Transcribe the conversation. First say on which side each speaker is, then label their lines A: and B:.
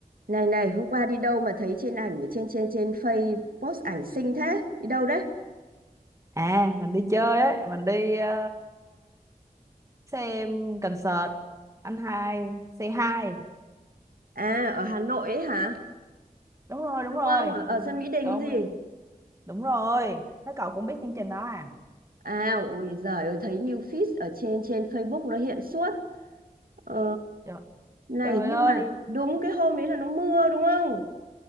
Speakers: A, on the right; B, on the right.
A: Này này, hôm qua đi đâu mà thấy trên ảnh trên trên trên Face post ảnh xinh thế? Đi đâu đấy?
B: à mình đi chơi ấy mình đi ờ, xem concert anh hai C hai
A: À, ở Hà Nội ấy hả?
B: đúng rồi đúng
A: Đúng
B: rồi
A: không? Ở, ở
B: mình
A: sân Mỹ Đình
B: đúng
A: gì?
B: đúng đúng rồi thế cậu cũng biết chương trình đó à
A: À, ôi giời ơi, thấy new feed ở trên trên Facebook nó hiện suốt. Ờ,
B: trời,
A: này,
B: trời
A: nhưng
B: ơi
A: mà đúng cái hôm đấy là nó mưa đúng không?